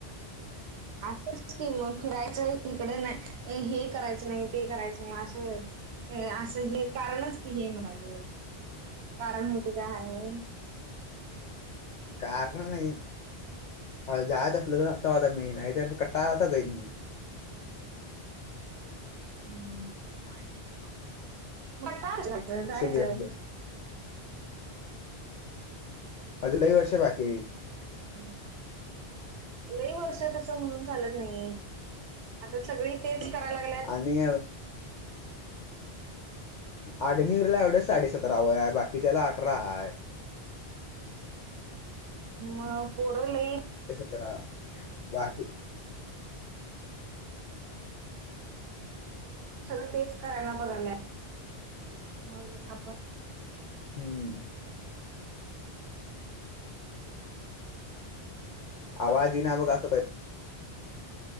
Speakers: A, on the right; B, on the left.
A: असंच स्म फिरायचं इिकडे नाही हे करायचं नाही ते करायचं नाही असं अ असं हे कारणच की हे मनाच्या म कारण हेच काय आहे
B: कारण नाही जायच असलं तर आता आता मीळ नाही तर कट्टा आता जाईल म
A: हम्म
B: ह
A: ब टाजत जायचं
B: गेले अजूनही वर्ष बाकी येई
A: हम् लही वर्ष तस म्हणून चालत नाही आता सगळी तेच करायला लागल्यात
B: आणि अग्नीरला एवढं साडेसतरा व बाकीच्याला अठरा हाय
A: ह् परले
B: तर बाकी
A: सगळं तेच करायला बघाल्या, मग आपण
B: हम्म आवाज इना बघ, असं